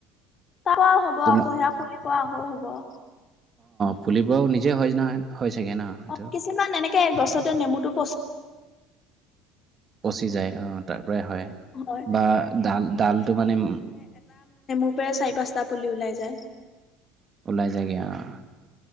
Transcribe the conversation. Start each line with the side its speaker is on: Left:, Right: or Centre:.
Left: তাৰ পৰাও হ'ব
Right: তোমাৰ
Left: আকৌ সেৰা পুলিৰ পৰা আকৌ হ'ব <unintelligible>
Right: ফুলিবও নিজেই হয় নহয় হয় চাগে ন এইটো
Left: অ কিছুমান এনেকে গছতে নেমুটো পচি
Right: পচি যায় অহ তাৰ পৰাই হয়
Left: হয়।
Right: বা ডাল ডালটো মানে
Left: সেই টোৰ পৰা চাৰি পাঁচটা পুলি ওলাই যায়
Right: ওলাই জায়গে অহঁ